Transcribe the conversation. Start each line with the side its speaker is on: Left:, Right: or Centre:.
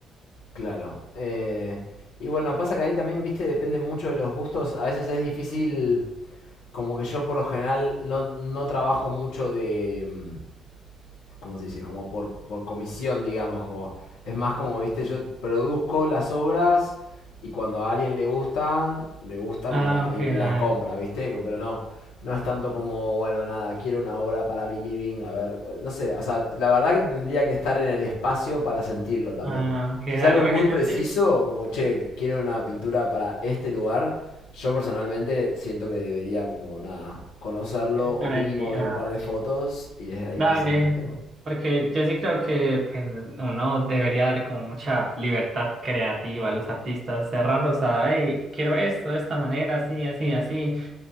Left: Claro. Eh, y bueno, pasa que ahí también, viste, depende mucho de los gustos. A veces es difícil, como que yo por lo general no, no trabajo mucho de... mm, ¿cómo se dice? Como por, por comisión, digamos, como es más como, viste, yo produzco las obras y cuando a alguien le gustan, le gustan
Right: Ah,
Left: y, la-
Right: ok,
Left: y- y las
Right: dale.
Left: compra, viste, pero no, no es tanto como, bueno, nada, quiero una obra para mi living, a ver, no sé, o sea, la verdad que tendría que estar en el espacio para sentirlo también.
Right: Ah, ok,
Left: Si es
Right: dale.
Left: algo
Right: Porque
Left: muy
Right: yo
Left: preciso,
Right: sí
Left: como, che, quiero una pintura para este lugar, yo personalmente siento que debería como, nada, conocerlo
Right: estar
Left: o mínimo
Right: ahí.
Left: ver
Right: Ah,
Left: un par de fotos y desde ahí
Right: dale.
Left: quizás, viste.
Right: Porque yo sí creo que pues, uno debería darle como mucha libertad creativa a los artistas, cerrarlos a, hey, quiero esto de esta manera, así, así, así.